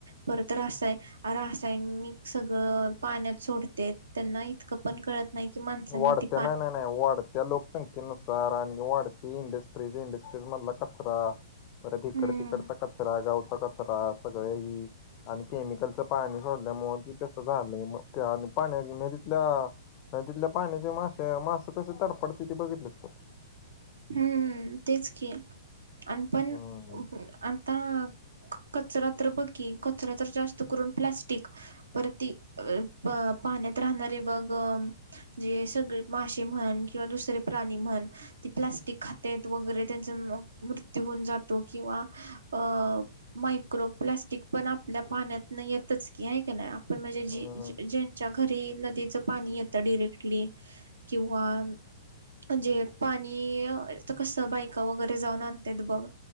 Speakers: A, on the right; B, on the left.
A: परत रासाय रासायनिक सगळं पाण्यात सोडतेत त्यांना इतकं पण कळत नाही की माणसांना
B: वाढत्या
A: ते
B: नाही नाही नाही वाढत्या लोकसंख्येनुसार आणि <unintelligible> ती इंडस्ट्रीज इंडस्ट्रीज मधला कचरा परत इकड
A: हम्म
B: तिकडचा कचरा गावचा कच रा सगळं ही आणि केमिकलचं पाणी सोडल्यामुळ ती तसं झालं मग ते आणि पाण नदीतलं आणि तिथल्या पाण्याचे मासे मास कसे तडपडते ते बघितलेस का.
A: हम्म तेच की आणि पण
B: हम्म
A: आता कचरा तर बघ की कचरा तर जास्त करून प्लास्टिक. परती अ पाण्यात राहणारे बघ जे सगळे मासेे म्हण किंवा दुसरे प्राणी म्हण ती प्लाॅस्टिक खातेत वगैरे त्यांचा मृत्यू होऊन जातो किंवा अ मायक्रोप्लास्टिक पण आपल्या पाण्यात येतच की आहे का नाही आपण म्हणजे
B: हम्म
A: जी ज्यांच्या घरी नदीचं पाणी येतं डिरेक्टली किंवा म्हणजे पाणी कस बायका वगैरे जाऊन आणतेत बघ